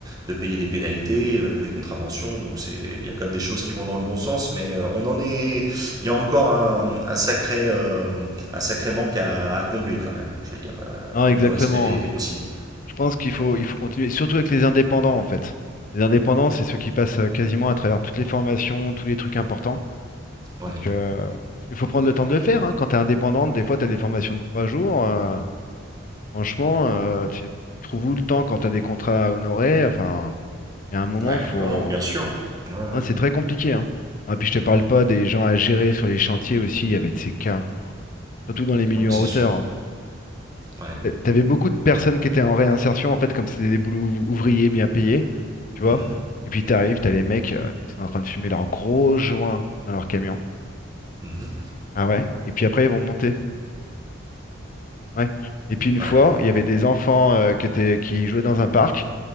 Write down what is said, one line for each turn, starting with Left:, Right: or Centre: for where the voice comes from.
Right: de payer des pénalités, euh, des contraventions, donc c'est- il y a quand même des choses qui vont dans le bon sens, mais euh, on en est, il y a encore un, un sacré, euh, un sacré manque à, à combler quand même, je veux dire, euh,
Left: Non,
Right: manque
Left: exactement.
Right: de respect des,
Left: hein.
Right: des consignes.
Left: Je pense qu'il faut, il faut continuer, surtout avec les indépendants, en fait. Les indépendants, c'est ceux qui passent euh, quasiment à travers toutes les formations, tous les trucs importants.
Right: Ouais.
Left: Donc, euh, parce qu'il faut prendre le temps de le faire. hein. Quand t'es indépendante, des fois, t'as des formations de trois jours. euh, Franchement, euh, tu, tu trouves où le temps quand tu as des contrats à honorer? Enfin, il y a un moment,
Right: Ouais.
Left: faut.
Right: Non, non, bien sûr. Ouais,
Left: Hein, c'est très compliqué, hein. Ah, puis je te parle pas des gens à gérer sur les chantiers aussi, il y avait de ces cas, surtout dans les milieux
Right: Ouais, mais c'est
Left: en hauteur.
Right: sûr.
Left: hein.
Right: Ouais.
Left: T'a- T'avais beaucoup de personnes qui étaient en réinsertion, en fait, comme c'était des boulots ouv- ouvriers bien payés, tu
Right: Mhm.
Left: vois. Et puis t'arrives, t'as les mecs, euh, ils sont en train de fumer leurs gros joints dans leur camion.
Right: Mhm.
Left: Ah ouais? Et puis après, ils vont monter. Ouais. Et puis une fois,
Right: Ouais.
Left: il y avait des enfants euh, qui étaient, qui jouaient dans un parc.